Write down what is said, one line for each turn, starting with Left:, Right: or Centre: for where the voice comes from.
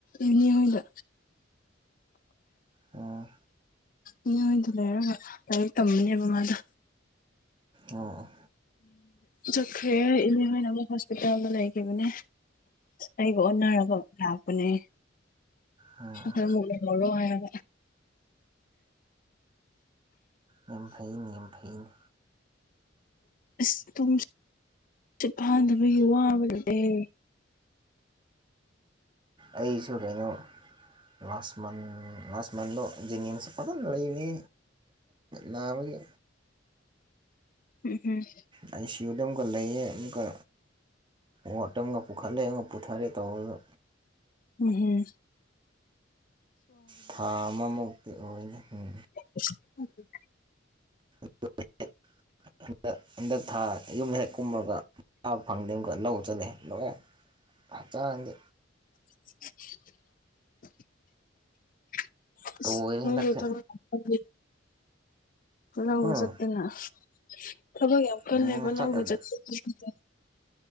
Left: ꯏꯅꯤ ꯍꯗ
Right: ꯑꯣ
Left: ꯃꯤꯑꯣꯏꯗ ꯂꯩꯔꯒ ꯂꯥꯏꯔꯤꯛ ꯇꯝꯝꯕꯅꯦꯕ ꯃꯥꯗ
Right: ꯑꯣ
Left: ꯆꯠꯈ꯭ꯔꯦ ꯏꯅꯦ ꯍꯣꯏꯅ ꯑꯃꯨꯛ ꯍꯣꯁꯄꯤꯇꯥꯜꯗ ꯂꯩꯈꯤꯕꯅꯦ ꯑꯩꯒ ꯑꯣꯟꯅꯔꯒ ꯂꯥꯛꯄꯅꯦ
Right: ꯑꯣ
Left: ꯑꯩꯈꯣꯏ ꯑꯃꯨꯛ ꯃꯔ ꯍꯥꯏ ꯑ
Right: ꯌꯥꯝ ꯐꯩꯅꯤ ꯌꯥꯝ ꯐꯩꯅꯤ
Left: ꯑꯁ ꯇꯨꯝ ꯆꯠꯄꯥꯗꯕꯒꯤ ꯋꯥꯕ ꯂꯩ
Right: ꯑꯩꯁꯨ ꯀꯩꯅꯣ ꯂꯥꯁ ꯃꯟ ꯂꯥꯁ ꯃꯟꯗꯣ ꯖꯦꯅꯤꯝꯁꯦ ꯐꯖꯅ ꯂꯩꯕꯅꯦ ꯅꯥꯕꯒꯤ
Left: ꯎꯝ ꯎꯝ
Right: ꯑꯥꯏ ꯁꯤ ꯌꯨꯗ ꯑꯃꯨꯛꯀ ꯂꯩꯌꯦ ꯑꯃꯨꯛꯀ ꯃꯣꯠ ꯑꯃꯒ ꯄꯨꯈꯠꯂꯛꯑ‌ꯦ ꯑꯃꯒ ꯄꯨꯊꯔꯦ ꯇꯧꯕꯗ
Left: ꯎꯝ ꯍꯝ
Right: ꯊꯥ ꯑꯃꯃꯨꯛꯇꯤ ꯑꯣꯏꯅꯤ ꯎꯝ
Left: <unintelligible>
Right: <unintelligible> ꯍꯟꯗꯛ ꯍꯟꯗꯛ ꯊꯥ ꯌꯨꯝ ꯍꯦꯛ ꯀꯨꯝꯃꯒ <unintelligible> ꯐꯪꯗ ꯂꯧ ꯆꯂ‌ꯦ ꯂꯧꯑꯦ ꯍꯛꯆꯥꯡꯗꯤ
Left: <unintelligible> <unintelligible>
Right: ꯇꯣꯏꯔꯦ ꯍꯟꯗꯛꯁꯦ
Left: ꯂꯧꯒ
Right: ꯎꯝ
Left: ꯆꯠꯇꯅ <unintelligible> ꯊꯕꯛ ꯌꯥꯝ ꯀꯜꯂꯦꯕ
Right: ꯎꯝ ꯆꯠꯇ꯭ꯔꯗꯤ
Left: ꯂꯧꯒ ꯆꯠꯇꯅ <unintelligible>